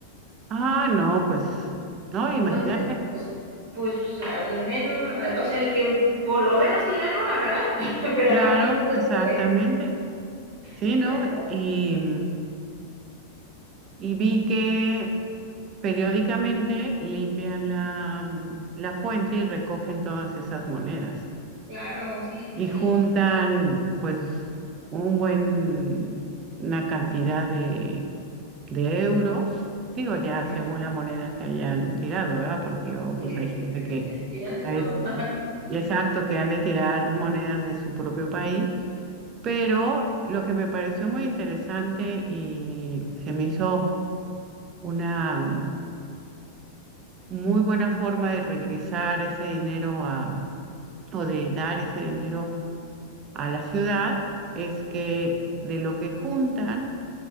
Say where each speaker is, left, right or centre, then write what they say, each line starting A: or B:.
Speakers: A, on the right; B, on the right.
A: Ah, no, pues, no,
B: Entonces,
A: imagínate.
B: pues, pues al menos, o sea, el que por lo menos tiran una, ¿verdad? <laughs> Pero
A: Claro,
B: habrá quien tire
A: exactamente.
B: tres.
A: Sí,
B: Exacto,
A: ¿no? Y, y vi que periódicamente limpian la, mm, la fuente y recogen todas esas monedas
B: claro, sí, sí,
A: y
B: sí.
A: juntan pues un buen, una cantidad de, de euros, digo ya
B: Claro,
A: según la moneda que hayan tirado, ¿verdad? Porque luego
B: sí,
A: pues hay
B: sí,
A: gente
B: sí,
A: que,
B: pero que tiran de
A: a veces-
B: todo. <laughs>
A: exacto, que han de tirar monedas de su propio país Pero lo que me pareció muy interesante y se me hizo una mm, muy buena forma de regresar ese dinero a, o de dar ese dinero a la ciudad, es que de lo que juntan,